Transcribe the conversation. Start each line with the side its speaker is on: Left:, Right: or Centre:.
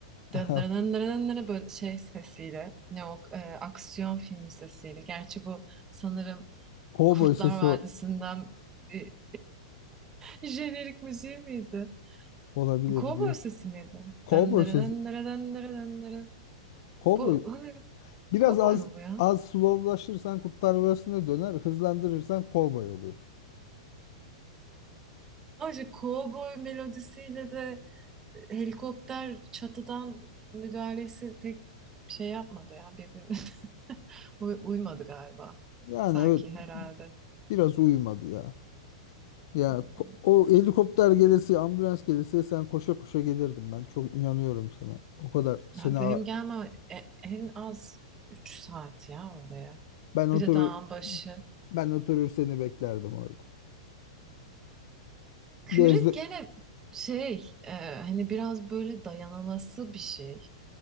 Left: <laughs>
Right: Dın
Left: Aha,
Right: dın dın dın dın böyle şey sesiyle. Ne o e, aksiyon filmi sesiyle. Gerçi bu sanırım
Left: Cowboy
Right: Kurtlar
Left: sesi
Right: Vadisi'nden
Left: o-
Right: bir <laughs> jenerik müziği miydi?
Left: olabilir
Right: Kovboy
Left: büyük.
Right: sesi miydi?
Left: Cowboy
Right: Dın dırı
Left: sesi.
Right: dın dırı dın dırı dın dırı.
Left: Cowboy.
Right: Bu hani
Left: Biraz
Right: kovboy
Left: az
Right: mu bu ya?
Left: az slowlaşırsan Kurtlar Vadisi'ne döner. Hızlandırırsan cowboy oluyor.
Right: Ayrıca kovboy melodisiyle de helikopter çatıdan müdahalesi pek şey yapmadı ya birbirine <laughs> Uy- uymadı galiba
Left: Yani
Right: sanki
Left: evet
Right: herhalde.
Left: biraz uyumadı ya. Ya
Right: Hmm,
Left: ko- o helikopter gelesi, ambulans gelesi sen koşa koşa gelirdim ben. Çok inanıyorum sana. O kadar seni
Right: Ya benim
Left: a-
Right: gelmem e- en az 3 saat ya oraya.
Left: ben oturur
Right: Bir de dağın başı.
Left: ben oturur seni beklerdim orada.
Right: Kırık
Left: Gözle
Right: gene şey e, hani biraz böyle dayanılası bir şey.